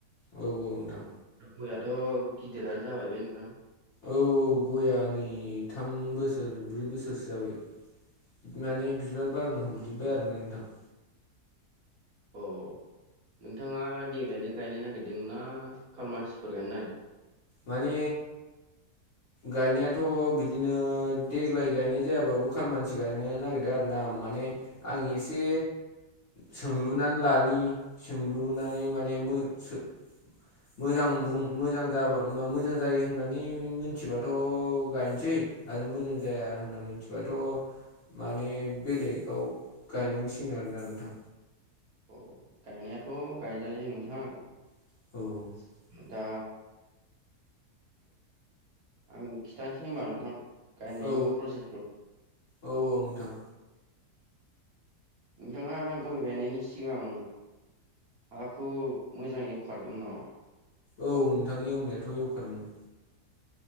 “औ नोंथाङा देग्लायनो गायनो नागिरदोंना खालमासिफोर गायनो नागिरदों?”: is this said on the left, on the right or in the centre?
Right